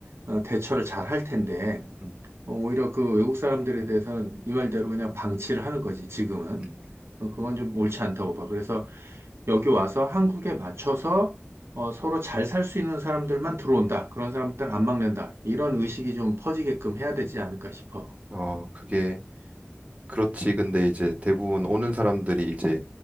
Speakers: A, on the right (about 70°); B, on the right (about 30°).
A: 어, 대처를 잘 할 텐데
B: 음,
A: 어, 오히려 그 외국 사람들에 대해서는 이 말대로 그냥 방치를 하는 거지 지금은
B: 음.
A: 어, 그건 좀 옳지 않다고 봐. 그래서 여기 와서 한국에 맞춰서 어, 서로 잘 살 수 있는 사람들만 들어온다. 그런 사람들 안 막는다. 이런 의식이 좀 퍼지게끔 해야 되지 않을까 싶어.
B: 어,
A: 음.
B: 그게 그렇지. 근데 이제 대부분 오는 사람들이 이제